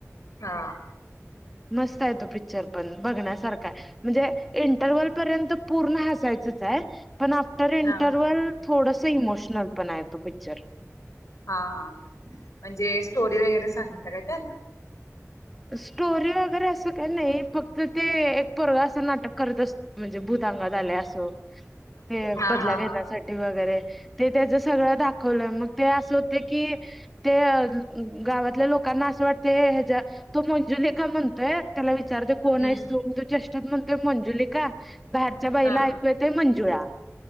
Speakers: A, on the left (about 80°); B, in the centre.
A: हा
B: मस्त आहे तो पिक्चर पण बघण्यासारखा म्हणजे इंटरवल पर्यंत पूर्ण हसायचच आहे पण आफ्टर इंटरवल
A: हा हा
B: थोडंसं इमोशनल पण आहे तो पिक्चर
A: हा म्हणजे सो वगैरे सांगित का
B: स्टोरी वगैरे असं का नाही फक्त ते एक परग असं नाटक करत असत म्हणजे भ हंगा झाले असो ते
A: हा
B: बदला
A: हा
B: घेण्यासाठी
A: हा
B: वगैरे ते त्याच सगळं दाखवलं मग ते असं होते की ते गावातल्या लोकांना असं वाटते हच्या तो मंजुली का म्हणतोय त्याला विचारते कोण
A: हम्म
B: आहेस तो तो चेष्टात म्हणतोय मंजुली का बाहेर आच्या बाईला
A: हा
B: ऐकू येत मंजुळा